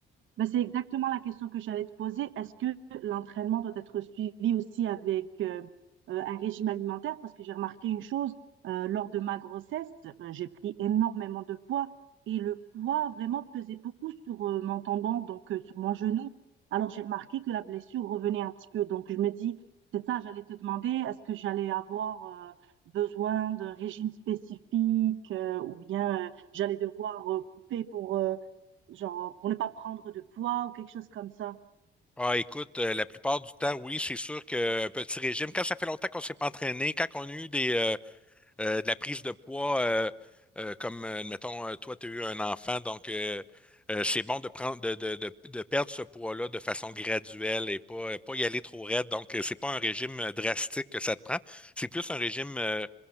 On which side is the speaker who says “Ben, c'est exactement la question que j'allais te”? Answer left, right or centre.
Right